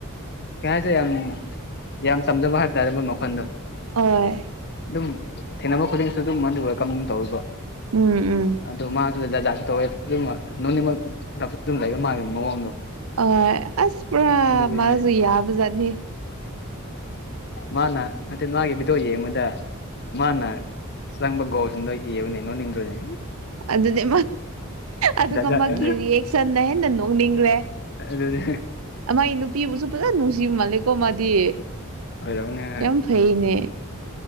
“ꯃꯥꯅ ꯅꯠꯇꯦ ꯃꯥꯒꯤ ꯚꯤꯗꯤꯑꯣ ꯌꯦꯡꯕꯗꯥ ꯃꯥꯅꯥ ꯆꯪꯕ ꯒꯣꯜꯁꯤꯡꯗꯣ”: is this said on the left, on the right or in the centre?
Left